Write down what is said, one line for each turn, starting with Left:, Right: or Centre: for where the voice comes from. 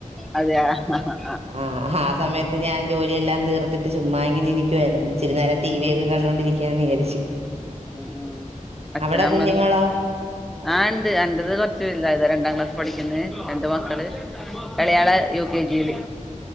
Centre: അതെയോ ആഹ്
Right: ആഹ് ആ സമയത്ത് ഞാൻ ജോലിയെല്ലാം തീർത്തിട്ട് ചുമ്മാങ്ങിനിരിക്കും വായിരുന്നു ഇച്ചിരി നേരം ടി വി
Centre: ഉം
Right: ഒക്കെ കണ്ടോണ്ടിരിക്ക ക്കാ ന്ന് വിചാരിച്ചു
Centre: ഉം ഉം അച്ഛനും
Right: അവിടെ കുഞ്ഞുങ്ങളോ
Centre: അമ്മയെല്ലാം ആഹ് ണ്ട് എന്റത് കൊറച് വലുതായതാ രണ്ടാം ക്ലാസ് പഠിക്കുന്ന് രണ്ട് മക്കള് എളയാള് യു കെ ജിയി ല്